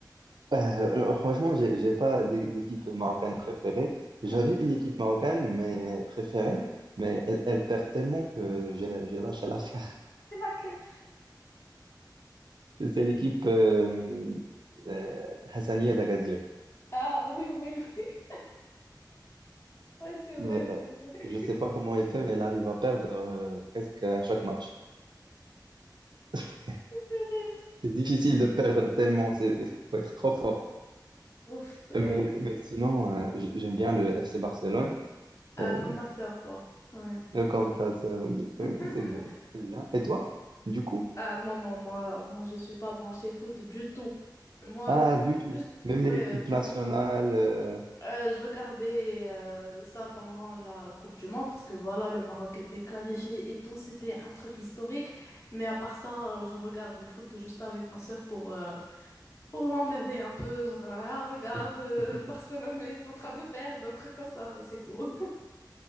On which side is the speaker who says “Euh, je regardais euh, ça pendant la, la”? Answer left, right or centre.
Left